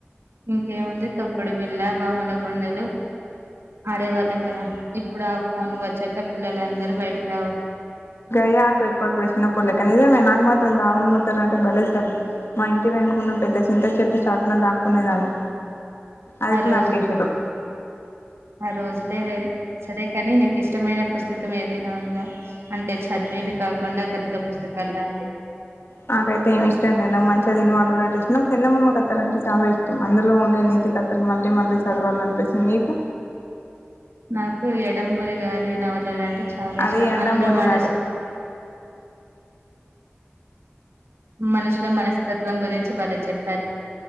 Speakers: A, on the right (about 80°); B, on the left (about 70°).
A: ఇంకేముంది తొక్కుడు బిళ్ళ వాముల గుండలు ఆడేవాళ్ళం కదా ఇప్పుడు ఆ ఫోన్లు వచ్చాక పిల్లలందరుూ బయటకి రావచ్చ
B: ఇయార్ ఇప్పుడు కూడా చినా ప పోడలేక ఇద మే నా మాత్ర అంద ఆగు మాతార అంట బలసద మా ఇంటి పెనుకున్న పెద్ద చింత చెట్టు చాటున దాక్కునేదాన్ని అదిప్పు
A: ఆ రోజులు
B: నరగేశ్వరం
A: ఆ రోజులే వేరే సరే కాని నీకు ఇష్టమైన పుస్తకం కం ఏదైనా ఉందా అంటే చదివేవి కాకుండా కథల పుస్తకాలంటివి
B: నాకైతే ఏమి ఇష్టం లేదు నాకు మంచిగా తిననివాండు అంటే ఇష్టం నాకు చింతమ్మ కత్తలలుంటే చాలా ఇష్టం అందులో ఉండే తి కథలు మళ్ళీ మళ్ళీ చదవాలి అనిపిసింది నీకు
A: నాకు ఎడంబూరి గారి నవలలు అంటే చాలా
B: అది
A: ఇష్టం
B: ఎండమూరి
A: అందులో మానేసి
B: గారి
A: మనసుల మనస్తత్వం గురించి భలే చెప్పారు